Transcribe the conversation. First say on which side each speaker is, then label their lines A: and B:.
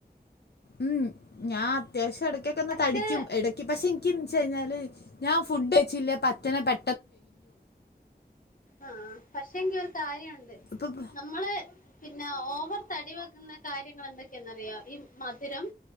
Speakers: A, on the left (about 75°); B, on the left (about 50°).
A: ഉം ഞാൻ അത്യാവശ്യം ഇടക്കൊക്കെ ഒന്ന്
B: പക്ഷെ
A: തടിക്കും ഇടക്ക് പക്ഷെ എനി ഇനിക്കിന്ന് വച്ച് കഴിഞ്ഞാല് ഞാൻ ഫുഡ് കയിച്ചില്ലേ പച്ചന പെ
B: ആ പക്ഷെ എങ്കി ഒരു കാര്യ
A: ഇപ്പം
B: നമ്മ പിന്ന ഓവർ തടി വെക്കുന്ന കാര്യങ്ങൾ എന്തൊക്കെയാന്നറിയാ ഈ മധുരം,